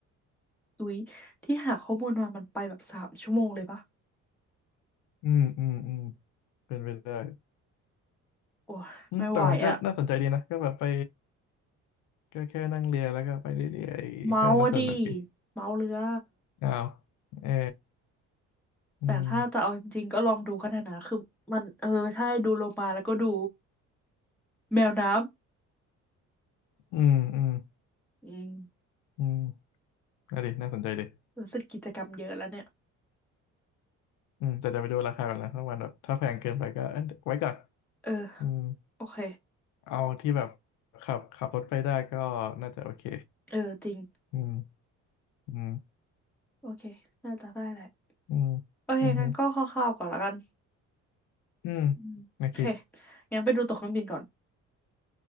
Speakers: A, in the centre; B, on the left (about 80°).
A: อุ๊ยที่หาข้อมูลมา มันไปแบบสามชั่วโมงเลยปะ
B: อืมอืมอืมเป็นไปได้
A: โอ้ยไม่ไหวอะ
B: อืมแต่มันก็น่าสนใจดีนะก็แบบไปก็แค่นั่งเรือแล้วก็ไปเรื่อยๆก็น่าสนุกดี
A: เมาอะดิเมาเรือ
B: อ้าวเอออืม
A: แต่ถ้าจะเอาจริงๆก็ลองดูก็ได้นะ คือมันเออใช่ดูโลมาแล้วก็ดูแมวน้
B: อืมอืม
A: ำ อืม
B: อืมน่าดีน่าสนใจดี
A: รู้สึกกิจกรรมเยอะแล้วเนี่ย
B: อืมแต่จะไปดูราคาก่อนนะถ้ามันแบบถ้าแพงเกินไปก็เอ้ยไว้ก่อน
A: เออ
B: อืม
A: โอเค
B: เอาที่แบบขับขับรถไปได้ก็น่าจะโอเค
A: เออจริง
B: อืม อืม
A: โอเคน่าจะได้แหละ
B: อืม
A: โอเคงั้นก็คร่าวๆก่อนละกัน
B: อืมฮึอืม
A: อืมโอเค
B: โอเค
A: งั้นไปดูตั๋วเครื่องบินก่อน